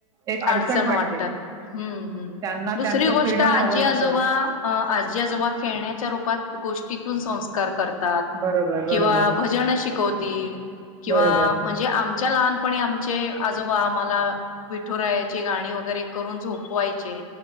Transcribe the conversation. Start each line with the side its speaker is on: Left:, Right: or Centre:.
Right: एक
Left: अडचण
Right: वाटते.
Left: वाटतात हम्म हम्म
Right: त्यांना
Left: दुसरी
Right: त्यांचं
Left: गोष्ट
Right: फ्रीडम
Left: आजी
Right: हवं
Left: आजोबा
Right: असतं.
Left: आजी आजोबा खेळण्याच्या रूपात गोष्टीतून संस्कार किंवा
Right: बरोबर, बरोबर,
Left: भजन शिकवतील किंवा
Right: बरोबर,
Left: म्हणजे आमच्या पण आमचे आजोबा आम्हाला विठुरायाची गाणी वगैरे करून झोपवायचे